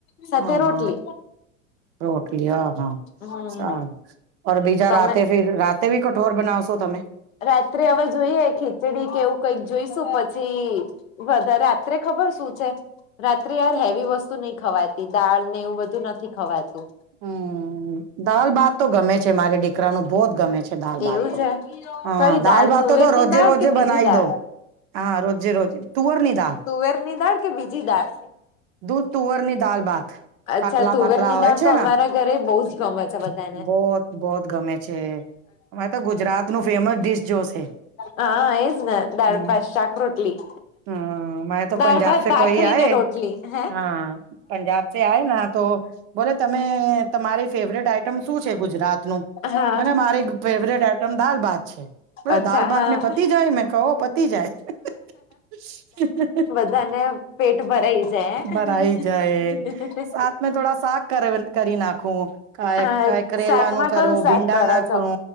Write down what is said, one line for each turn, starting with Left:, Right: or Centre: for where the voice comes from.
Left: સાથે
Right: હા
Left: રોટલી
Right: રોટલી, અ.. હ..
Left: હમ
Right: સારું ઓર બીજા
Left: તમે
Right: રાતે ફીર રાતે ભી કઠોર બનાવશો તમે?
Left: રાત્રે હવે જોઈએ, ખીચડી કે એવું કઈક જોઈશું પછી બધા રાત્રે ખબર શું છે, રાત્રે યાર હેવી વસ્તુ નહી ખવાતી દાળ ને એવું બધું નથી ખવાતું
Right: હમ, દાલ-ભાત તો ગમે છે મારે દીકરાનું બહોત ગમે છે દાલ-ભાત,
Left: એવું છે
Right: હ..
Left: કઈ
Right: દાલ
Left: દાળ
Right: ભાતતો
Left: તુવેરની
Right: તો રોજે-રોજે
Left: દાળ કે બીજી
Right: બનાઈ
Left: દાળ
Right: દવ હા, રોજે-રોજ તુવર ની દાલ
Left: તુવેર ની દાળ કે બીજી દાળ
Right: દૂધ તુવરની દાલ ભાત,
Left: અચ્છા
Right: પાતલા-પાતલા
Left: તુવેરની
Right: આવે
Left: દાળ
Right: છે
Left: તો
Right: ના
Left: અમારા ઘરે બહુ જ ગમે છે બધાને.
Right: બહોત, બહોત ગમે છે, એ તો ગુજરાત નું ફેમસ ડીશ જોશે
Left: હા, એજ ને દાળ-ભાત,
Right: હમ
Left: શાક, રોટલી
Right: હ મારે તો
Left: દાળ
Right: પંજાબ
Left: ભાત
Right: સે
Left: ભાખરી
Right: કોઈ આયે,
Left: ને રોટલી હે.
Right: હા પંજાબ સે આય ના તો, બોલે તમે એ તો મારી ફેવરેટ આઈટ <unintelligible> શું છે ગુજરાત નું
Left: હા
Right: મને મારી ફેવરેટ આઈટમ દાલ ભાત છે. બોલે
Left: અચ્છા
Right: દાલ ભાત
Left: હા
Right: મેં પતી જાય મેં કઉ હો પતી જાય <unintelligible>
Left: મને પેટ ભરાઈ <unintelligible> હે.
Right: ભરાઈ જાય સાત મે થોડા શાક કર <unintelligible> કરી નાખું ખાય
Left: હા
Right: કાય કાઈ કરેલા
Left: શાકમાં
Right: નું કરુ
Left: કયું શાક
Right: ભીંડા
Left: કરો
Right: ના કરુ
Left: છો?